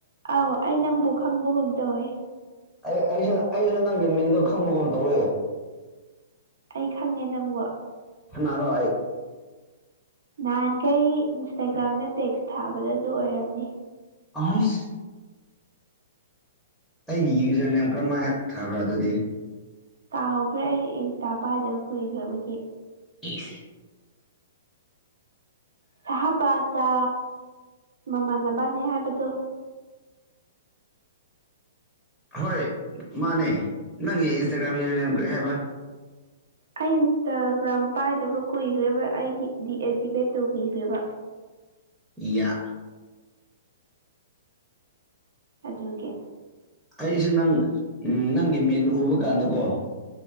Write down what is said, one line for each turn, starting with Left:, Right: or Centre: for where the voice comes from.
Right: ꯑꯥꯎ ꯑꯩ ꯅꯪꯕꯨ ꯈꯪꯕꯒꯨꯝ ꯇꯧꯋꯦ
Centre: ꯑꯩ ꯑꯩꯁꯤ ꯑꯩꯁꯨ ꯅꯪꯒꯤ ꯃꯤꯟꯗꯣ ꯈꯪꯕꯒꯨꯝ ꯇꯧꯏ
Right: ꯑꯩ ꯈꯪꯉꯦ ꯅꯪꯕꯨ
Centre: ꯁꯅꯔꯣ
Right: ꯅꯍꯥꯟꯈꯩ ꯏꯟꯁꯇꯥꯒ꯭ꯔꯥꯝꯗ ꯇꯦꯛꯁ ꯊꯥꯕꯗ ꯑꯗꯨ ꯑꯣꯏꯔꯝꯅꯤ
Centre: ꯑꯁ ꯑꯩꯒꯤ ꯌꯨꯖꯔ ꯅꯦꯝ ꯀꯔꯝꯍꯥꯏꯅ ꯊꯥꯕ꯭ꯔꯥ ꯑꯗꯨꯗꯤ
Right: ꯀꯥꯎꯈ꯭ꯔꯦ ꯑꯩ ꯏꯟꯁꯇꯥ ꯄꯥꯏꯗꯕ ꯀꯨꯏꯈ꯭ꯔꯕꯒꯤ
Centre: ꯎꯝ
Right: ꯁꯍꯥ ꯄꯇ ꯃꯃꯥꯟꯅꯕꯅꯦ ꯍꯥꯏꯕꯗꯣ
Centre: ꯍꯣꯏ ꯃꯥꯅꯦ ꯅꯪꯒꯤ ꯏꯟꯁꯇꯥꯒ꯭ꯔꯥꯝ ꯌ ꯀꯔꯤ ꯍꯥꯏꯕ
Right: ꯑ ꯏꯟꯁꯇꯥꯒ꯭ꯔꯥꯝ ꯄꯥꯏꯗꯕ ꯀꯨꯏꯈ꯭ꯔꯦꯕ ꯑꯩꯒꯤ ꯗꯤꯑꯛꯇꯤꯚꯦꯠ ꯇꯧꯕꯤꯈ꯭ꯔꯦꯕ
Centre: ꯌꯥ
Right: ꯑꯗꯣꯀꯦ
Centre: ꯑꯩꯁꯦ ꯅꯪ ꯎ ꯅꯪꯒꯤ ꯃꯤꯟ ꯎꯕ ꯀꯥꯟꯗꯀꯣ